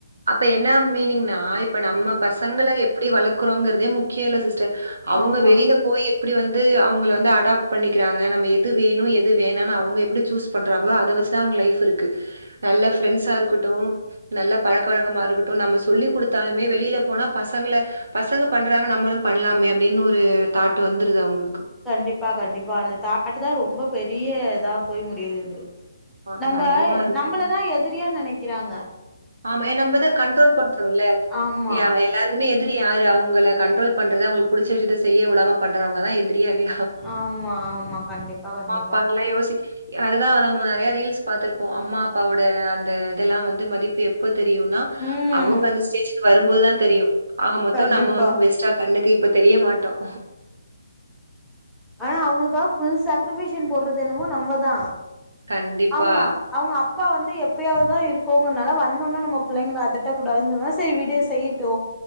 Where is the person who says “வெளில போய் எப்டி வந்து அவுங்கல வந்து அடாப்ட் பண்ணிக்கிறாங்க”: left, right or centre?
Right